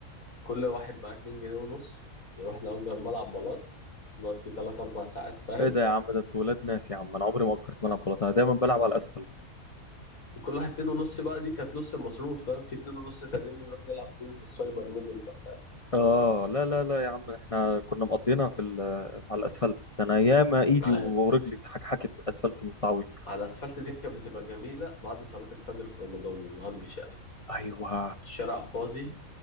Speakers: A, on the left; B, on the left.
A: كل واحد معاه 2 جنيه ونص نروح نأجر ملعب بلاط نقعد فيه 3 4 ساعات فاهم
B: ايه ده يا عم ده انتوا ولاد ناس يا عم انا عمري ما فكرت بلعب بلاطه انا دايما بلعب على الاسفل
A: وكل واحد اتنين ونص بقى دي كانت نص المصروف فاهم في اتنين ونص تانيين بنروح نلعب فيهم في السايبر ميدل بقى فاهم
B: اه لا لا لا يا عم احنا كنا مقضينا في ال- على الاسفلت ده انا ياما ايدي
A: ايوه
B: ورجلي اتحكحكت من الاسفلت من التعويض
A: على الاسفلت دي كانت بتبقى جميله بعد صلاه الفجر في رمضان والنهار بيشقشق
B: ايوه
A: الشارع فاضي